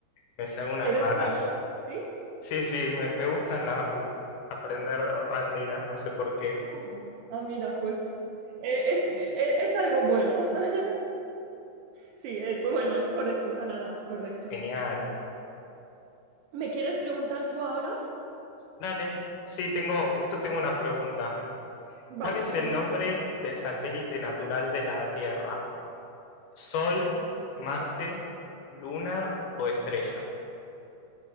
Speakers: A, on the left (about 75°); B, on the right (about 75°).
A: Me sé algunas
B: ¿Eres
A: raras.
B: bueno? Sí.
A: Sí, sí, me, me gustan la- l- aprender banderas, no sé por qué.
B: Ah, ah, mira, pues eh, es, eh, eh, es algo bueno. <laughs> Sí, eh, bueno, es correcto, Canadá, correcto.
A: Genial.
B: ¿Me quieres preguntar tú ahora?
A: Dale. Sí, tengo, justo tengo una pregunta.
B: Vale,
A: ¿Cuál es el
B: a ver.
A: nombre del satélite natural de la Tierra? ¿Sol, Marte, Luna o estrella?